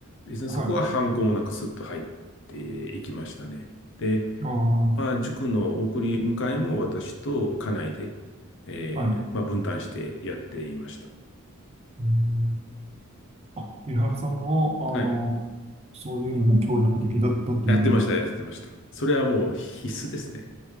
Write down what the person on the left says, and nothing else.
別にそこは反抗もなくスッと入っていきましたね。
で、
まあ、塾の送り迎えも私と家内で、えーまあ、
分担してやっていました。
はい。
やってました、やってました。それはもう必須ですね。